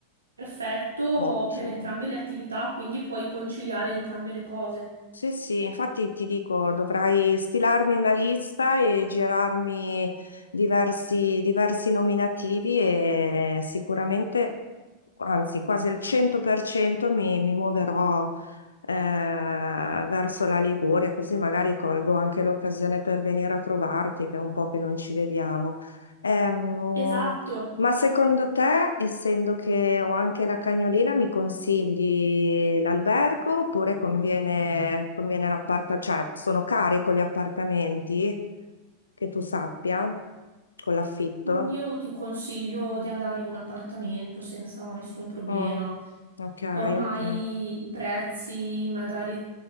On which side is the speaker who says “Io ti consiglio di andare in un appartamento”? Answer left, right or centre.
Right